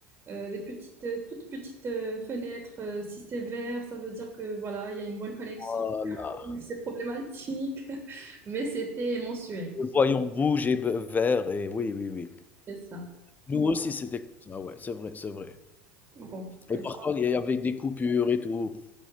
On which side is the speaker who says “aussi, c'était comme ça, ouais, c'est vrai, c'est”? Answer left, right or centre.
Left